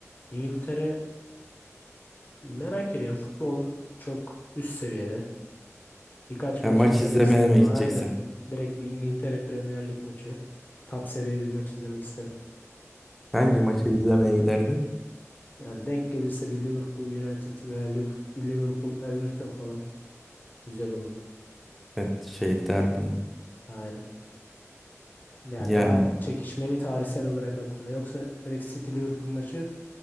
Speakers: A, on the left (about 35°); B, in the centre.
A: İngiltere merak ediyorum. Futbol çok üst seviyede. Birkaç maçı
B: Ya maç
A: izlemek
B: izlemeye
A: isterim.
B: mi
A: Aynen.
B: gideceksin?
A: Direkt bir İngiltere Premier Lig maçı. Top seviye bir maç izlemek isterim.
B: Hangi maçı izlemeye giderdin?
A: Yani denk gelirse bir Liverpool United veya Liv- Liverpool Everton falan güzel olurdu.
B: Evet şey derbi. mi?
A: Aynen. Ya
B: Yani
A: daha çekişmeli tarihsel olarak baktığında. Yoksa direkt City Liverpool maçı